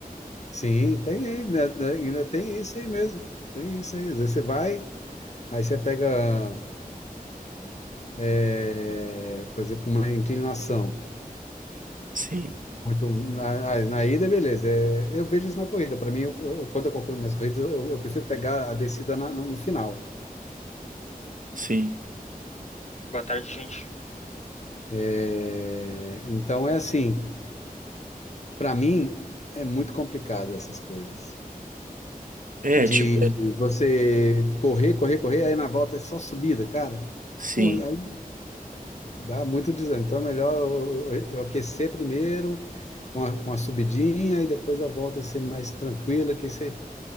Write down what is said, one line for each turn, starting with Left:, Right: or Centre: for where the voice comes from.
Left: Sim, tem ainda, ainda tem isso aí mesmo. Tem isso aí. Às vezes você vai, aí você pega, é, por exemplo, uma inclinação.
Right: Sim,
Left: Muito, na, na na ida, beleza. É, eu vejo isso na corrida. Para mim, eu, eu- quando eu calculo minhas corridas, eu, eu prefiro pegar a descida na- no no final.
Right: sim.
Left: Boa tarde, gente. É, então é assim, para mim é muito complicado essas coisas.
Right: É,
Left: de
Right: tipo, é-
Left: você correr, correr, correr, aí na volta é só subida, cara.
Right: sim.
Left: Pô, aí dá muito desânimo. Então é melhor eu, eu- eu aquecer primeiro, com a, com a subidinha, e depois a volta ser mais tranquila, que aí você